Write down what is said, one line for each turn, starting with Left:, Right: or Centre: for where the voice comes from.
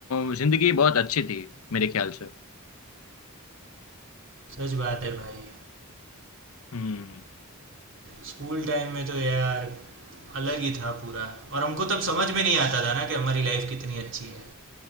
Left: अ, जिंदगी बहुत अच्छी थी मेरे ख्याल से
Right: सच बात है भाई
Left: हम्म
Right: स्कूल टाइम में तो यार अलग ही था पूरा और हमको तब समझ में नहीं आता था ना कि हमारी लाइफ कितनी अच्छी है